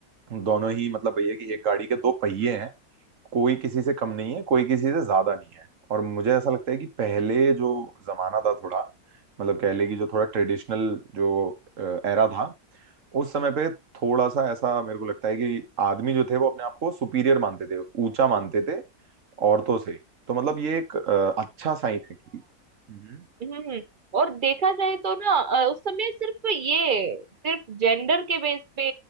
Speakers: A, on the right; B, on the right.
A: दोनों ही मतलब ये है कि एक गाड़ी के दो पहिए हैं कोई किसी से कम नहीं है कोई किसी से ज्यादा नहीं है और मुझे ऐसा लगता है कि पहले जो जमाना था थोड़ा मतलब कह ले कि जो थोड़ा ट्रेडिशनल जो एरा था उस समय पे थोड़ा सा ऐसा मेरे को लगता है कि आदमी जो थे वो अपने आप को सुपीरियर मानते थे ऊंचा मानते थे औरतों से तो मतलब ये एक अ, अच्छा साइन है कि हम्म
B: इ हम्म और देखा जाए तो ना अ, उस समय सिर्फ ये सिर्फ जेंडर के बेस पे